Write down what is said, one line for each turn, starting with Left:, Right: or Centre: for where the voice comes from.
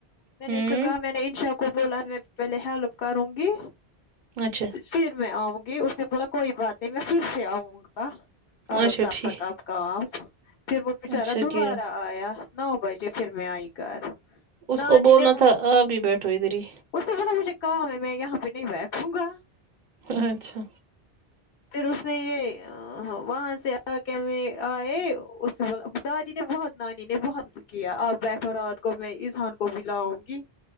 Left: میں
Right: ہوں
Left: نے اسے کہا میں نے انشاء کو بولا میں پہلے ہیلپ کروں گی
Right: اچھا
Left: پھر میں آؤں گی اس نے بولا کوئی بات نہیں میں پھر سے آؤں گا کرو
Right: اچھا
Left: تب
Right: ٹھیک
Left: تک آپ کام پھر وہ بچارا
Right: اچھا
Left: دوبارہ
Right: کیا
Left: آیا نو بجے پھر میں آئی گھر
Right: اس
Left: نانی
Right: کو بولنا
Left: نے
Right: تھا آب ہی بیٹھو ادھر ہی
Left: اس سے بہلا مجھے کام ہے میں یہاں پہ نہیں بیٹھوں گا
Right: اچھا
Left: پھر اس نے یہ ہاں وہاں سے آ کے ہم آئے اس دادی نے بہت نانی نے بہت کیا آپ بیٹھو رات کو میں ازہان کو بھی لاؤں گی